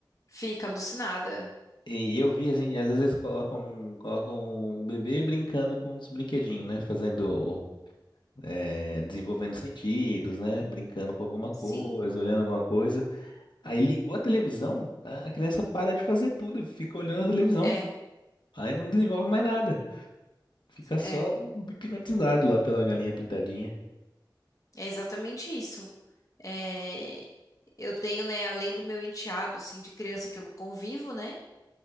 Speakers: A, on the left; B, on the left.
A: fica alucinada.
B: E eu vi assim, às vezes eles colocam, colocam o bebê brincando com uns brinquedinhos, né? Fazendo, é, desenvolvendo sentidos, né? Brincando com alguma
A: Sim,
B: coisa, olhando alguma coisa. Aí ligou a televisão, a a criança para de fazer tudo e fica olhando a televisão.
A: é,
B: Aí não desenvolve mais nada. Fica só
A: é,
B: hipnotizado lá pela galinha pintadinha.
A: é exatamente isso. É, Eu tenho, né, além do meu enteado, assim, de criança que eu convivo, né,